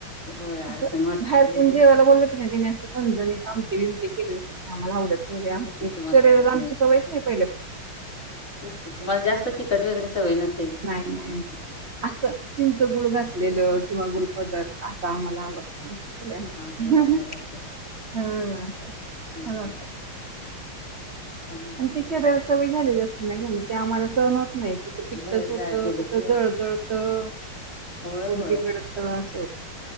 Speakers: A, on the left (about 40°); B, on the right (about 40°).
A: होय अडचण
B: अस
A: वाटते
B: बाहेर कोण जेवायला बोलवलं की नाही तेन असं झणझणीत आमटी बीमटी केलेली आम्हाला आवडत नाय. केले आमचे.
A: ते तुम्हाला
B: शरीराला
A: आवडत
B: आमची
A: नाही
B: सवयच नाही पहिले पासून.
A: तेच की तुम्हाला जास्त तिकट वगैरे सवय नस
B: नाही नाही नाही असं चिंच गुळ घासलेलं किंवा गोड पदार्थ अस आम्हाला आवडत. हम
A: गोड
B: हा
A: आंबट
B: हा.
A: असते हम्म छान होते
B: आणि ती
A: ते
B: शरीराला सवय झालेली असती ना ग मग. ते आम्हाला सहन होत नाही कुठं पित्तच
A: बाहेर जा
B: होत,
A: गेले
B: कुठं
A: की
B: जळजळतं,
A: होय
B: पोट
A: होय
B: बिघडत असं होत.